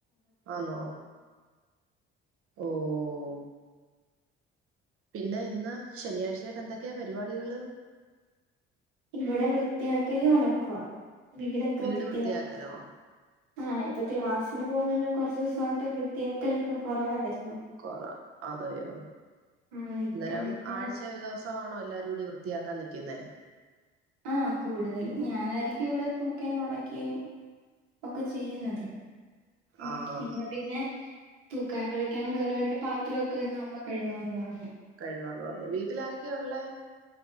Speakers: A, on the right; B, on the right.
A: ആന്നോ ഓഹ്. പിന്നെ ഇന്ന് ശനിയാഴ്ചയായിട്ട് എന്തക്കെയാ പരിപാടികള്.
B: ഇവിടെ വൃത്തിയാക്കൽ നടക്കുവ വീടൊക്കെ
A: വീട്
B: വൃത്തിയാക്കണം.
A: വൃത്തിയാക്കലോ
B: ആഹ് ഇപ്പൊ ക്ലാസ്സിന് പോകുന്നോണ്ട്‌ കൊറചൂസായിട്ട് വൃത്തിയാക്കലൊക്കെ കൊറവായിരുന്നു.
A: കൊറ അതയോ
B: ആഹ് ഇപ്പൊ
A: അന്നേരം
B: ഇന്ന്
A: ആഴ്ച് ചെൽ ഒരു ദിവസമാണോ എല്ലാരൂടി വൃത്തിയാക്കാൻ നിക്കിന്നെ.
B: ആഹ് കൂടുതലും ഞാനായിരിക്കും ഇവിടെ തൂക്കേം തൊടക്കേം. ഒക്കെ ചെയ്യുന്നത് ഉം
A: ആഹ്
B: ഇന്ന്. പിന്നെ തൂക്കാൻ തൊടക്കാനും കേറ്യോണ്ട് പാത്രൊക്കെ ഇന്ന് അമ്മ കഴവാന്ന് പറഞ്.
A: കഴ്‌വാന്ന് പറഞ്ഞു വീട്ടിലാരൊക്കെയ്ള്ളേ.?